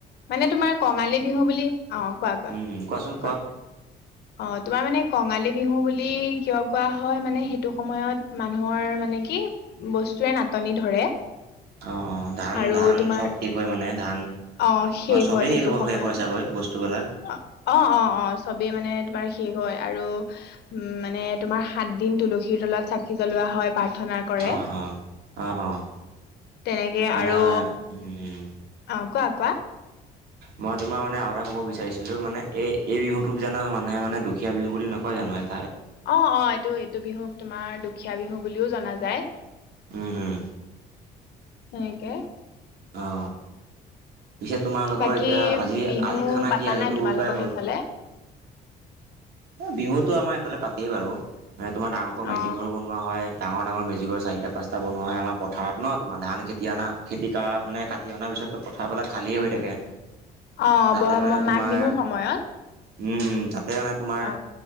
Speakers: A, on the left; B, on the right.
A: মানে তোমাৰ কঙালী বিহু বুলি অ' অ' কোৱা কোৱা।
B: উম, উম, কোৱাচোন
A: কোৱা অ' তোমাৰ মানে কঙালী বিহু বুলি কিয় কোৱা হয় মানে সেইটো সময়ত মানুহৰ মানে কি বস্তুৱৰে নাটনি ধৰে
B: অ' অ' ধান
A: আৰু
B: ধান
A: তোমাৰ
B: চব শেষ হয় মানে ধান।
A: অ' শেইষ
B: তোমাৰ চবেই
A: হয় সেইটো
B: শেষ হ'ব
A: সময়ত
B: শেষ হয় চাগৈ বস্তুবিলাক
A: অ' অ' অ' অ' চবেই মানে তোমাৰ শেষ হয় আৰু উম মানে তোমাৰ সাত দিন তুলসীৰ তলত চাকি জ্বলোৱা হয়। প্ৰাৰ্থনা কৰে
B: অ' অ' অ' অ'।
A: তেনেকে
B: মানে
A: আৰু
B: উম।
A: অ কোৱা কোৱা
B: মই তোমাৰ মানে আৰু এটা ক'ব বিচাৰিছিলো মানে এই এই বিহুতোক জানো মানুহ মানে মানে দুখীয়া বিহু বুলি নকয় জানো এত
A: অ' অ' এইটো এইটো বিহুক তোমাৰ দুখীয়া বিহু বুলিও জনা যায়।
B: উম উম
A: তেনেকে
B: অ পিছে তোমালোকৰ
A: বাকী
B: এতিয়া আজি
A: বিহু
B: আজি খানা
A: পাতা
B: কি আজি
A: নাই
B: তো
A: তোমালোকৰ
B: উৰুকাই
A: সেইফালে
B: হ'ল বিহুতো আমাৰ এইফালে পাতিয়ই বাৰু। তোমাৰ ডাঙৰকৈ মেজি
A: অ
B: ঘৰো বনোৱা হয়। ডাঙৰ ডাঙৰ মেজিগৰ চাৰিটা পাঁচটা বনোৱা হয়, আমাৰ পথাৰত ন তোমাৰ ধান খেতি অনা খেতি কৰা মানে। কাটি অনাৰ পিছতো পথাৰবিলাক খালিয়েই হৈ থাকে।
A: অ
B: তাতে
A: ব
B: মানে
A: মাঘ
B: তোমাৰ
A: বিহুৰ সময়ত
B: উম, উম তাতে মানে তোমাৰ
A: অ